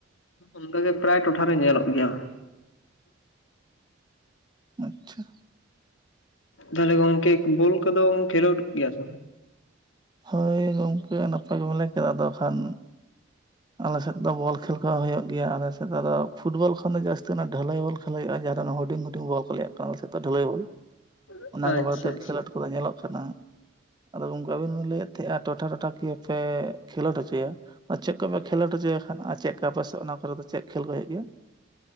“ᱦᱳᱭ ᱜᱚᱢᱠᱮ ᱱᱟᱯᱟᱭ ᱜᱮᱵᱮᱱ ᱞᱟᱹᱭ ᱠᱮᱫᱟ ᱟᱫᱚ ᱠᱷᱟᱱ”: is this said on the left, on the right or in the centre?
Right